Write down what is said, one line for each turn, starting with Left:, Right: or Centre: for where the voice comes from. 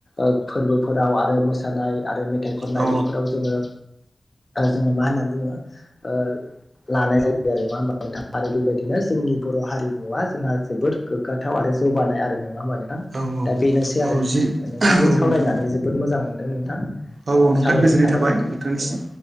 Left: ओ फोरबोफोराव आरो मो सानाय आरो मेथाइ खननाय
Right: औ उम औ
Left: बेफोराव जोङो जोङो मा होनना बुङो ओ लानाय जायो आरो नङा होमबा नोंथाङा आरो बेबायदिनो जोंनि बर' हारिमुवा जोंहा जोबोद गोग्गाथाव आरो जौगानाय आरो नङा होनबा नोंथां!
Right: औ
Left: दा बेनोसै आरो
Right: औ
Left: नोंथां
Right: जि
Left: नोंथांजों
Right: औ
Left: सावरायनानै
Right: नोंथां
Left: जोबोद मोजां मोनदों नोंथां
Right: औ औ नोंथां
Left: साबायखर
Right: गोजोननाय
Left: थाबाय नोंथां।
Right: नोंथांनिसिम
Left: औ